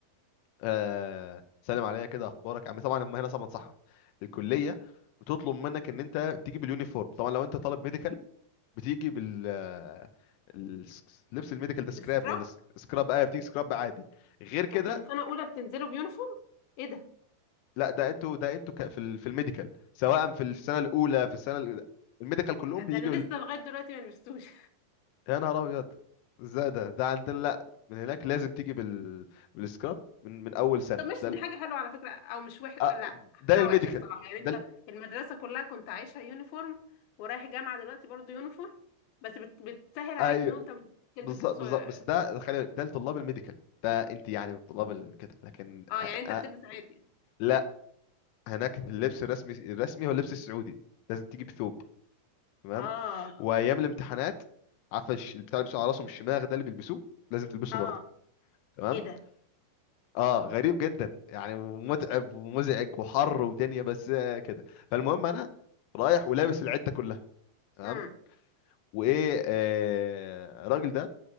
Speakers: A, on the left; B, on the left.
A: آه سلم عليا كده اخبارك عم طبعا هم هنا طبعا صح الكليه بتطلب منك ان انت تيجي باليونيفورم طبعا لو انت طالب ميديكال بتيجي بال آه، الس- لبس الميديكال ده سكراب
B: بسكراب
A: ولا س- سكراب ايه بتيجي سكراب عادي غير كده
B: انتوا من سنه اولى بتنزلوا بيونيفورم ايه ده
A: لا ده انتوا ده انتوا ك- في ال- في الميديكال سواء في السنه الاولى في السنه ال- الميديكال كلهم
B: يعني
A: بيجي
B: ده انا
A: بال...
B: لسه لغايه دلوقتي ما لبستوش
A: يا نهار ابيض ازاي ده ده عندنا لا من هناك لازم تيجي بال بالسكراب من من اول سنه
B: طب ماشي
A: ده ال...
B: دي حاجة حلوة على فكرة أو مش وح
A: آه،
B: لا حتى
A: ده للميديكال
B: وحشة الصراحة يعني
A: ده
B: أنت
A: ال...
B: المدرسة كلها كنت عايشها يونيفورم ورايح جامعة دلوقتي برضو يونيفورم بس بت... بتسهل عليك
A: أيوه.
B: إن أنت بتلبس
A: بالظبط
B: لبس
A: بالظبط
B: اه
A: بس ده خلي بالك ده لطلاب الميديكال ده انت يعني من طلاب الكتب لكن
B: يعني
A: أ...
B: أنت بتلبس
A: أ...
B: عادي
A: لا هناك اللبس الرسمي الرسمي هو اللبس السعودي لازم تيجي بثوب تمام
B: اه
A: وايام الامتحانات عارفه الش- البتاع اللي بيلبسوه على راسهم الشماغ ده اللي بيلبسوه لازم تلبسه
B: اه
A: برضه تمام
B: إيه ده
A: اه غريب جدا يعني متعب ومزعج وحر ودنيا بس آه، كده فالمهم انا رايح ولابس العده كلها تمام
B: امم
A: وايه آه الراجل ده